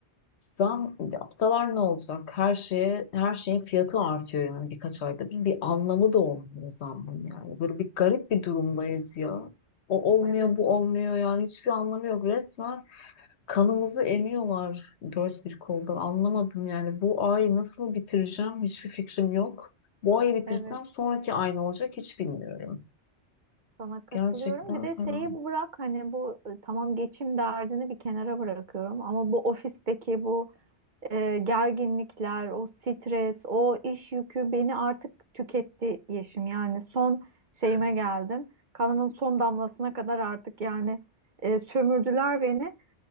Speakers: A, on the left (about 70°); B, on the right (about 50°).
A: Zam yapsalar ne olacak? Her şeye her şeyin fiyatı artıyor yani birkaç ayda. Bir, bir anlamı da olmuyor zamın yani. Böyle bir garip bir durumdayız ya. O olmuyor,
B: Evet,
A: bu olmuyor yani hiçbir anlamı yok resmen. Kanımızı emiyorlar dört bir koldan. Anlamadım yani bu ayı nasıl bitireceğim hiçbir fikrim yok. Bu ayı bitirsem
B: evet.
A: sonraki ay ne olacak hiç bilmiyorum.
B: Sana katılıyorum.
A: Gerçekten
B: Bir de
A: fena.
B: şeyi bırak hani bu e, tamam geçim derdini bir kenara bırakıyorum ama bu ofisteki bu e, gerginlikler, o stres, o iş yükü beni artık tüketti Yeşim. Yani son şeyime
A: Evet.
B: geldim. Kanımın son damlasına kadar artık yani e, sömürdüler beni.